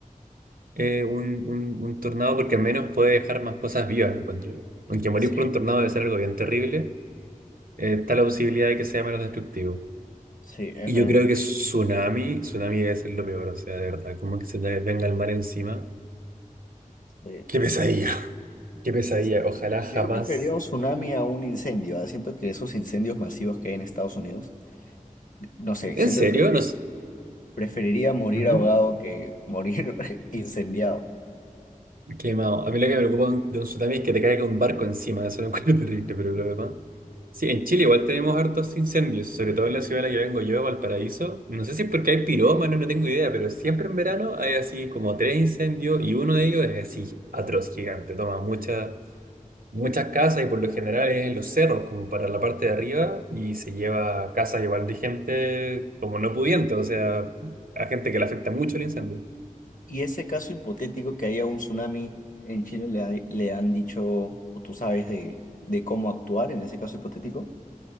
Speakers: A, on the right; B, on the left.
A: eh, un, un, un tornado porque al menos puede dejar más cosas vivas, encuentro yo. Aunque morir
B: Sí,
A: por un tornado debe ser algo bien terrible, eh, está la posibilidad de que sea menos destructivo.
B: sí, es
A: Y
B: verdad.
A: yo creo que tsunami, tsunami debe ser lo peor, o sea, de verdad, como que se te venga el mar encima.
B: Este,
A: Qué pesadilla. Qué pesadilla,
B: qué pesadilla.
A: ojalá
B: Aunque
A: jamás.
B: yo preferiría un tsunami a un incendio. ¿ah? Siento que esos incendios masivos que hay en Estados Unidos, no sé,
A: ¿En
B: siento
A: serio?
B: que prefe-
A: No. s-
B: preferiría morir
A: Ujú.
B: ahogado que morir <laughs> incendiado.
A: Quemado. A mí lo que me preocupa de un tsunami es que te caiga un barco encima, eso lo encuentro <laughs> terrible, pero lo demás. Sí, en Chile igual tenemos hartos incendios, sobre todo en la ciudad de la que vengo yo, Valparaíso. No sé si es porque hay pirómanos, no tengo idea, pero siempre en verano hay así como tres incendios y uno de ellos es así atroz, gigante. Toma muchas muchas casas y por lo general es en los cerros, como para la parte de arriba, y se lleva casas igual de gente como no pudiente, o sea, a gente que le afecta mucho el incendio.
B: Y ese caso hipotético que haya un tsunami en Chile, ¿le, ha- le han dicho, o tú sabes de, de cómo actuar en ese caso hipotético?